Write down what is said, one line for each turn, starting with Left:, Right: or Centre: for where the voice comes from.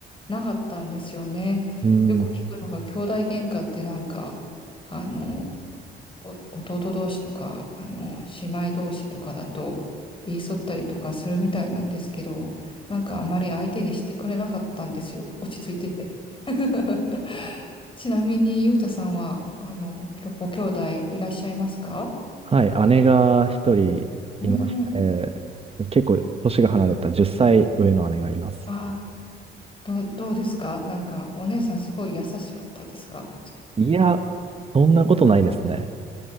Left: なかったんですよね。
Right: うん。
Left: よく聞くのが、兄弟喧嘩ってなんか、あの、お弟同士とか、あの、姉妹同士とかだと、言い添ったりとかするみたいなんですけど、なんかあんまり相手にしてくれなかったんですよ。落ち着いてて。<laughs> ちなみに、ゆうたさんは、あの、きょご兄弟いらっしゃいますか
Right: はい。姉が一人いまして、
Left: うーん。
Right: 結構年が離れた10歳上の姉がいます。
Left: あ、どう、どうですかなんか、お姉さんすごい優しかったですか
Right: いや、そんなことないですね。